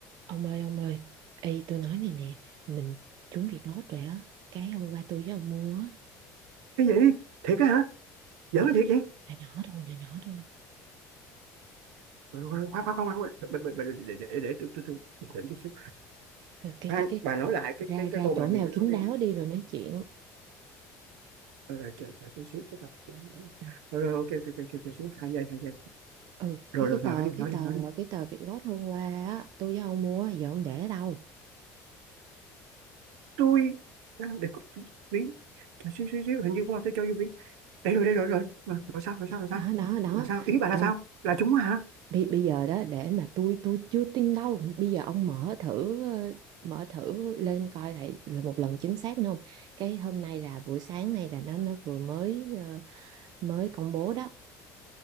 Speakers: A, on the right; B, on the right.
A: Ông ơi ông ơi, Ê tôi nói này nè, mình trúng việc lót rồi á, cái hôm qua tôi với ông mua á,
B: cái gì thiệt á hả giỡn
A: thì
B: cái thiệt vậy
A: nhỏ nhỏ thôi, nhỏ nhỏ thôi.
B: Rồi, rồi, rồi, khoan khoan khoan khoan khoan. Để để để để tôi tôi tôi bình tĩnh chút xíu
A: Thôi cái
B: khoan
A: cái cái
B: bà nói lại cái
A: ra
B: cái cái
A: ra
B: câu bà
A: chỗ nào
B: vừa mới nói
A: kín
B: đi
A: đáo đi rồi nói chuyện.
B: Ờ, ờ, chờ chờ chút xíu chết rồi đáng nổi
A: Ừ,
B: rồi rồi ok ok ok chờ chờ xíu hai giây hai giây
A: Ừ,
B: rồi
A: cái
B: rồi
A: cái
B: nói
A: tờ
B: đi nói
A: cái
B: đi
A: tờ
B: nói đi
A: cái tờ việc lót hôm qua á, tôi với ông mua giờ ông để ở đâu?
B: tôi đang để cốc ví chờ xíu xíu xíu hình như qua tôi cho vô ví đây rồi đây rồi rồi rồi rồi sao rồi sao rồi sao
A: Đó đó đó.
B: là sao ý bà là
A: Ông
B: sao là chúng á hả
A: bây, bây giờ đó để mà tôi tôi chưa tin đâu. Bây giờ ông mở thử ờ, mở thử lên coi lại là một lần chính xác nữa không? Cái hôm nay là buổi sáng nay là nó nó vừa mới ờ, mới công bố đó